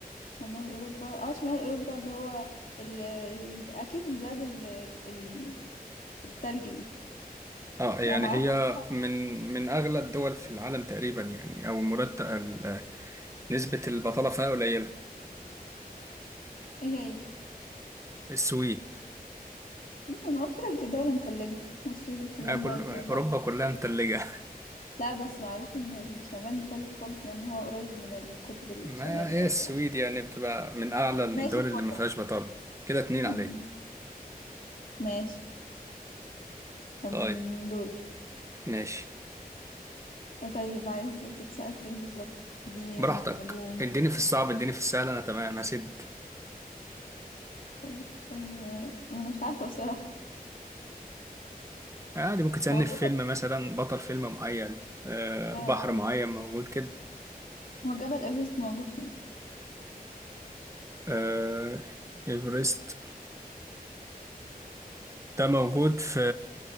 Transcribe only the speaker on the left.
شمال اوروبا اه شمال اوروبا اللي هو ال... ال... اكيد البلاد ال... ال... التلج دي
يعني معرفش
بصراحة
ايه هي
مم، انا قلت لك دولة متلجة السويد وفنلندا
والدنمارك
والحاجات
دي لا بس معروف ان الشمال متلج خالص لان هو قريب من القطب
الشمالي
ده
ولا ما-
ماشي
خلاص
أمم،
ماشي أم،
دوري
أه، طيب عايز تتسأل في ايه بالظبط دين
علوم
طيب أه... ما انا مش عارفة بصراحة
هو جبل
لا لا
لا بلاش
دي
هو جبل ايفرست موجود فين